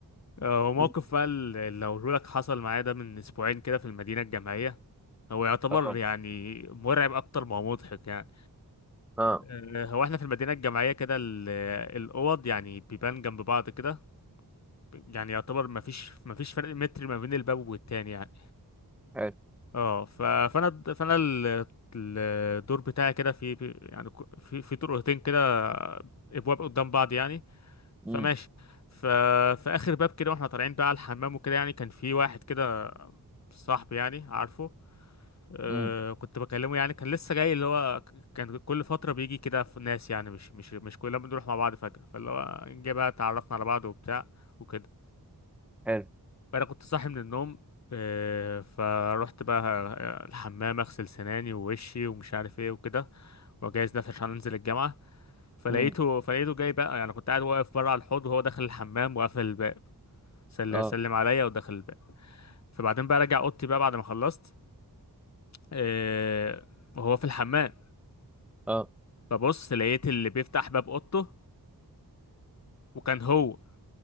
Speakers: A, on the left; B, in the centre.
A: آه، وموقف
B: مم.
A: بقى اللي هقوله لك حصل معايا ده من اسبوعين كده في المدينه الجامعيه هو يعتبر
B: اه
A: يعني مرعب اكتر ما هو مضحك يعني
B: اه
A: آه، هو احنا في المدينه الجامعيه كده ال- الاوض يعني بيبان جنب بعض كده يعني يعتبر ما فيش ما فيش فرق متر ما بين الباب والتاني يعني
B: حلو
A: اه ف- فانا فانا ال- الدور بتاعي كده في في- يعني ك- في في طرقتين كده ابواب قدام بعض يعني
B: امم
A: فماشي ف في اخر باب كده واحنا طالعين بقى على الحمام وكده يعني كان في واحد كده صاحبي يعني عارفه آه
B: امم
A: كنت بكلمه يعني كان لسه جاي اللي هو ك- كان كل فترة بيجي كده في ناس يعني مش مش مش كلنا بنروح مع بعض فجأة فاللي هو جه بقى اتعرفنا على بعض وبتاع وكده
B: حلو
A: فأنا كنت صاحي من النوم آه فروحت بقى آه، الحمام أغسل سناني ووشي ومش عارف ايه وكده وأجهز نفسي عشان أنزل الجامعة فلقيته
B: امم
A: فلقيته جاي بقى يعني كنت قاعد واقف بره على الحوض وهو داخل الحمام وقافل الباب سل-
B: اه
A: سلم عليا ودخل الباب فبعدين بقى راجع أوضتي بقى بعد ما خلصت آه وهو في الحمام
B: اه
A: فبص لقيت اللي بيفتح باب اوضته وكان هو